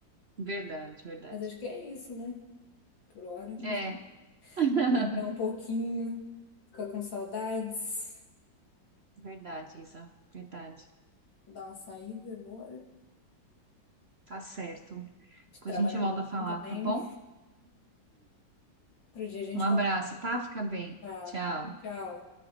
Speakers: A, on the right; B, on the left.
A: Verdade, verdade.
B: Mas acho que é isso, né? Por hora. <laughs>
A: É, <laughs>
B: Lembrar um pouquinho, ficar com saudades,
A: verdade, Isa, verdade.
B: dar uma saída agora,
A: Tá certo. Depois
B: trabalhar
A: a gente volta
B: um pouquinho
A: a falar,
B: também.
A: tá bom?
B: Outro dia a gente
A: Um abraço, tá? Fica bem.
B: Tá,
A: Tchau.
B: tchau.